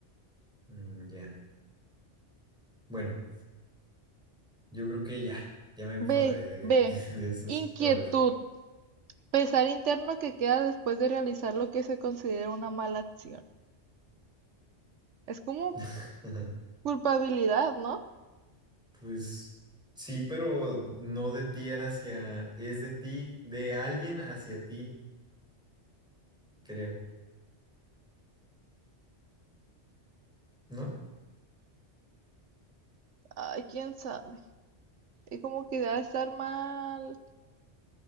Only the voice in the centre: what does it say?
Mm, ya. Bueno, yo creo que ya, ya me enfadé
de,
<laughs> de esos.
A ver.
<laughs>
Pues sí, pero no de ti hacia, es de ti, de alguien hacia ti, creo, ¿no?